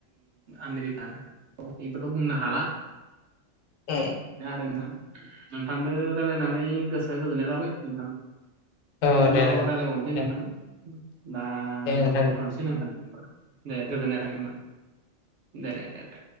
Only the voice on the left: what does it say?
ए
अ
दे दे
दे
दे नोंथां